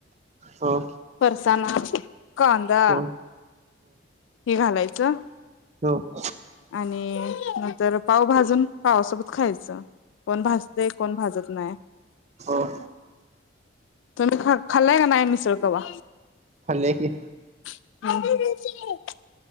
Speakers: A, on the right (about 35°); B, on the left (about 80°).
A: ह ह
B: फरसाना, कांदा
A: ह
B: हे घालायचं.
A: हा.
B: आणि नंतर पाव भाजून पावा सोबत खायचं. कोण भाजतय कोण भाजत नाही
A: हो
B: तुम्ही खा खाल्याय काय नाय मिसळ कव्हा
A: फल्ले की
B: अ <inaudible>